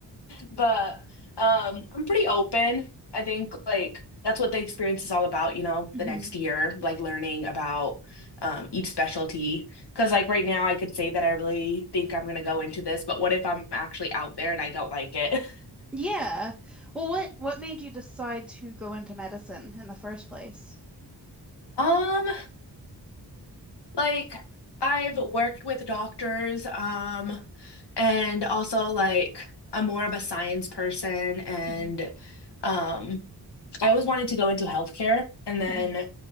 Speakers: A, on the left (about 75°); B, in the centre.
A: But um, I'm pretty open. I think like that's what the experience is all about, you
B: <laughs>
A: know,
B: Mhm.
A: the next year, like learning about um, each specialty. Because like right now, I could say that I really think I'm gonna go into this, but what if I'm actually out there and I don't like it? <laughs>
B: Yeah. Well, what what made you decide to go into medicine in the first place?
A: Um, like I've worked with doctors, um, and also like I'm more of a science person and.
B: hmm
A: Um, I always wanted to go into healthcare, and then
B: hmm